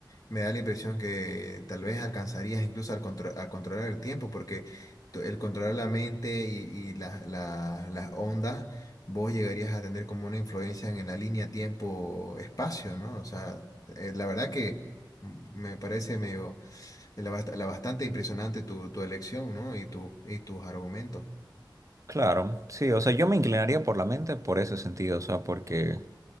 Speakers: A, on the left; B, on the right.
A: me da la impresión que tal vez alcanzarías incluso al contro- a controlar el tiempo, porque tú- el controlar la mente y, y las las- las ondas, vos llegarías a tener como una influencia en la línea tiempo-espacio, ¿no? O sea, eh, la verdad que mm, me parece medio, la, bast- la bastante impresionante tu, tu elección, ¿no? Y, tu, y tus argumentos.
B: claro, sí, o sea, yo me inclinaría por la mente por ese sentido, o sea, porque...